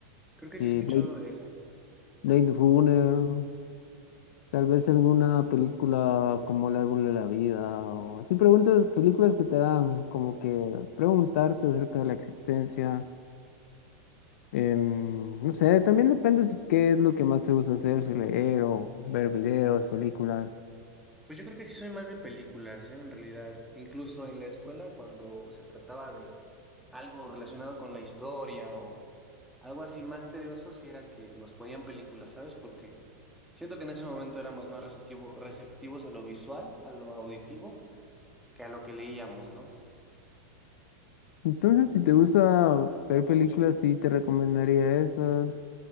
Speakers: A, in the centre; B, on the left.
A: Creo que
B: y
A: sí he escuchado
B: Blade,
A: de esa.
B: Blade Runner, tal vez alguna película como El Árbol de la Vida, o así preguntas, películas que te dan como que preguntarte acerca de la existencia. em, no sé, también depende si- qué es lo que más te gusta hacer, si leer o ver videos, películas.
A: Pues yo creo que sí soy más de películas, ¿eh? En realidad, incluso en la escuela cuando se trataba de algo relacionado con la historia o algo así más tedioso, sí era que nos ponían películas, ¿sabes? Porque siento que en ese momento éramos más receptivo- receptivos a lo visual, a lo auditivo, que a lo que leíamos, ¿no?
B: Entonces, si te gusta ver películas, sí te recomendaría esas.